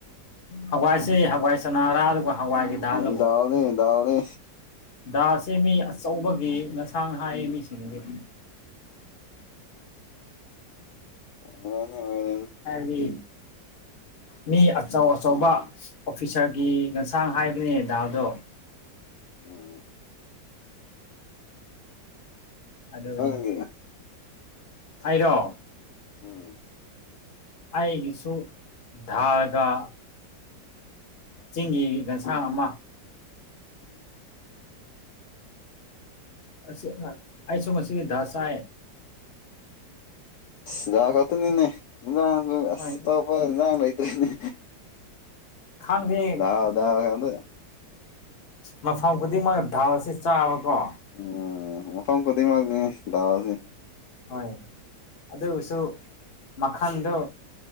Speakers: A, on the left; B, on the left.
A: ꯍꯋꯥꯏꯁꯦ ꯍꯋꯥꯏ ꯆꯅꯥꯔꯥ ꯑꯗꯨꯒ ꯍꯋꯥꯏꯒꯤ ꯜꯂꯕꯨ
B: ꯎꯝ ꯗꯥꯎꯅꯤ ꯗꯥꯎꯅꯤ
A: ꯗꯥꯁꯦ ꯃꯤ ꯑꯆꯧꯕꯒꯤ ꯉꯁꯥꯡ ꯍꯥꯏꯌꯦ ꯃꯤꯁꯤꯡꯒꯤ
B: ꯑꯣꯏꯔꯝꯅꯤ ꯑꯣꯏꯔꯝꯅꯤ
A: ꯍꯥꯏꯗꯤ ꯃꯤ ꯑꯆꯧ ꯑꯆꯧꯕ ꯑꯣꯐꯤꯁꯥꯔꯒꯤ ꯌꯦꯟꯁꯥꯡ ꯍꯥꯏꯕꯅꯦ ꯗꯥꯗꯣ
B: ꯎꯝ
A: ꯑꯗꯅꯦ
B: ꯅꯪꯗꯤ
A: ꯍꯥꯏꯔꯣ
B: ꯎꯝ
A: ꯑꯩꯒꯤꯁꯨ ꯙꯒ ꯆꯤꯡꯒꯤꯗꯁꯥꯃ
B: ꯎꯝ
A: ꯑꯁꯤ ꯑꯩꯁꯨꯨꯝ ꯉꯁꯤꯗꯤ ꯗꯥꯥꯁꯥ
B: ꯁꯤꯗꯥꯛ ꯈꯛꯇꯅꯤꯅꯦ ꯏꯟꯖꯥꯡꯁꯨ ꯑꯁ
A: ꯍꯣꯏ
B: ꯑꯇꯣꯞꯄ ꯏꯟꯖꯥꯡ ꯂꯩꯇ꯭ꯔꯦꯅꯦ
A: ꯈꯥꯡꯗ
B: ꯗꯥꯜ ꯗꯥꯜ ꯉꯥꯛꯇ
A: ꯃꯐꯝ ꯈꯨꯗꯤꯡꯃꯛ ꯥꯎ ꯑꯁꯤ ꯆꯥꯕꯀꯣ
B: ꯎꯝ ꯃꯐꯝ ꯈꯨꯗꯤꯡꯃꯛꯅꯤ ꯗꯥꯁꯦ
A: ꯍꯣꯏ ꯑꯗꯨꯁꯨ ꯃꯈꯜꯗꯣ